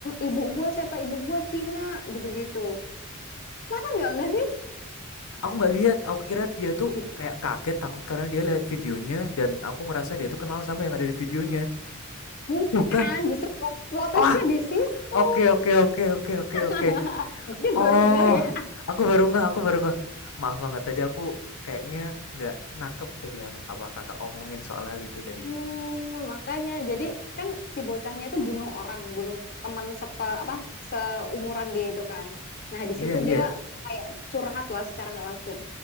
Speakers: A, on the left; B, on the left.
A: ibu gua siapa? Ibu gua Cina gitu-gitu." Masa nggak nggak sih?
B: Aku nggak lihat, aku kira dia tuh
A: Ih,
B: kayak kaget takut karena dia lihat videonya dan aku ngerasa dia tuh kenal sama yang ada di videonya.
A: bukan,
B: Bukan.
A: justru plot twistnya
B: Wah,
A: di situ.
B: oke oke oke oke oke oke.
A: <laughs> Dia baru
B: Oh,
A: nggak ya.
B: aku baru nggak, aku baru nggak. Maaf banget tadi aku kayaknya nggak nangkep tadi yang apa kakak omongin soal hal itu tadi.
A: Hmm, makanya jadi kan si bocahnya itu bunuh orang, bunuh teman sepe apa seumuran dia itu kan. Nah, di
B: Iya
A: situ
B: iya.
A: dia kayak curhat lah secara nggak langsung.